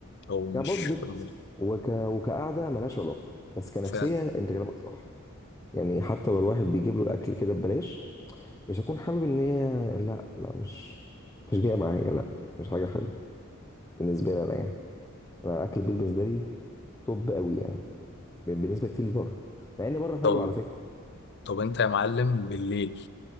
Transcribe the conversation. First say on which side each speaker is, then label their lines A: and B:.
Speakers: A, on the left (about 55°); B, on the left (about 15°).
A: او مش
B: كبادجت
A: في-
B: وك... وكقعده ملهاش علاقه بس كنفسيه
A: فعلا
B: انت كلامك صح يعني حتى لو الواحد بيجيب له الاكل كده ببلاش مش هكون حابب ان هي لا لا مش مش جايه معايا لا مش حاجه حلوه بالنسبه لي انا يعني انا اكل البيت بالنسبه لي طب قوي يعني بالنسبه كتير لبره مع ان بره حلو
A: طب
B: على فكره
A: طب انت يا معلم بالليل